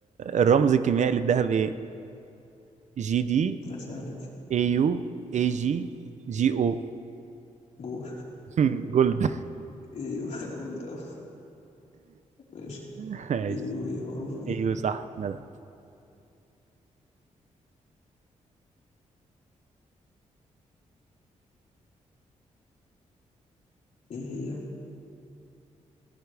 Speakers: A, on the right; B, on the left.
A: الرمز الكيميائي للذهب ايه جي دي
B: لا سهلة دي
A: اي يو اي جي جي او
B: جو
A: <laughs> جولد
B: أيوة <laughs> جولد أوي ماشي
A: ماشي
B: أيوة هي معروفة دي
A: ايوه صح ندى
B: إيه هي